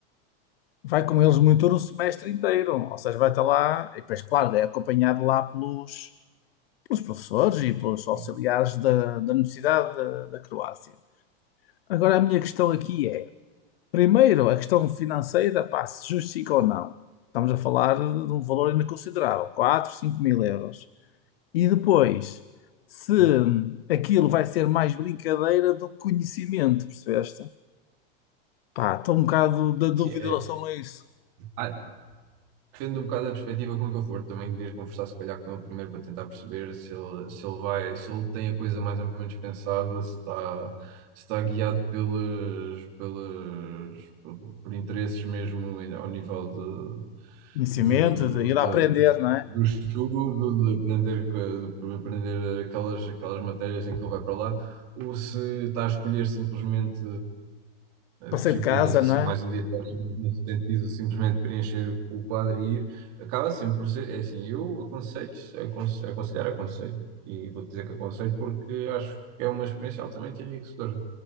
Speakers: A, on the left; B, on the right.
A: Vai com eles
B: claro.
A: muito o semestre inteiro, ou seja, vai estar lá, e depois, claro, é acompanhado lá pelos, pelos professores e pelos auxiliares
B: Sim,
A: da, da Universidade da, da Croácia. Agora, a minha questão aqui é, primeiro, a questão financeira, pá, se justifica ou não. Estamos a falar de um valor ainda considerável, 4, 5 mil euros. E depois, se
B: sim.
A: aquilo vai ser mais brincadeira do que conhecimento, percebeste? Pá, estou um bocado da dúvida
B: Sim,
A: em relação a isso.
B: é. Depende um bocado da perspectiva com que eu for. Também devias conversar, se calhar, com ele primeiro para tentar perceber se ele, se ele vai, se ele tem a coisa mais ou menos pensada, se está, se está guiado pelos, pelos, por, por interesses mesmo em- ao nível de,
A: Conhecimento,
B: do,
A: de ir
B: da-
A: a aprender,
B: do,
A: não é?
B: do estudo, de aprender, co- de aprender aquelas, aquelas matérias em que ele vai para lá, ou se está a escolher simplesmente
A: Passei
B: disciplinas
A: de casa,
B: assim
A: não é?
B: mais aleatórias no sentido de simplesmente preencher o quadro e ir, acaba sempre por ser, é assim, eu aconselho, aconselho aconselhar aconselho, e vou dizer que aconselho porque acho que é uma experiência altamente enriquecedora